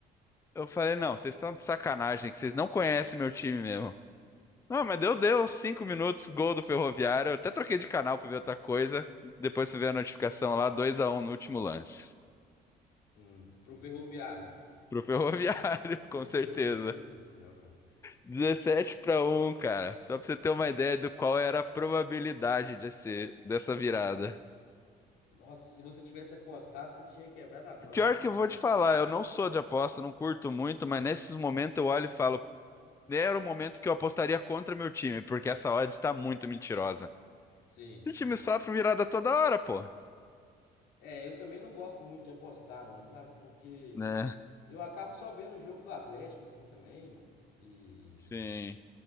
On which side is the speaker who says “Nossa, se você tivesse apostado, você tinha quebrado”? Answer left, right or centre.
Left